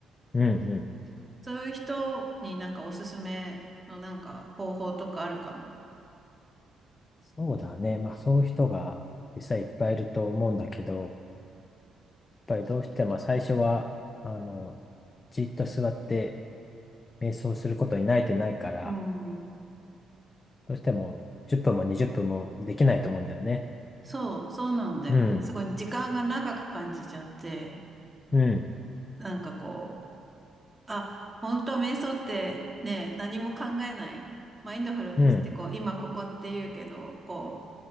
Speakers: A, on the left; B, on the right.
A: うん、うん。
B: そういう人になんかおすすめのなんか方法とかあるかな。
A: そうだね。まあそういう人が実際いっぱいいると思うんだけど、やっぱりどうしても最初は、あの、じっと座って瞑想することに慣れてないから、
B: うん。
A: どうしても10分も20分もできないと思うんだよね。
B: そう、そうなんだよね。
A: うん、
B: すごい時間が長く感じちゃって、
A: うん、
B: なんかこう、あ、本当瞑想ってね、何も考えない。マインドフルネスってこう、
A: うん、
B: 今ここって言うけど、こ